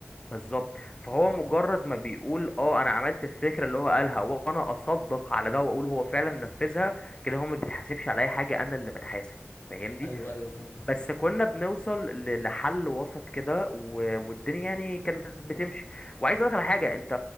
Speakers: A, on the left; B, on the left.
A: بالظبط فهو مجرد ما بيقول اه انا عملت الفكره اللي هو قالها وانا اصدق على ده واقول هو فعلا نفذها كده هو ما بيتحاسبش على اي حاجه انا اللي بتحاسب فاهمني
B: ايوه ايوه فهمتك
A: بس كنا بنوصل ل- لحل وسط كده و- والدنيا يعني كانت بتمشي وعايز اقول لك على حاجه انت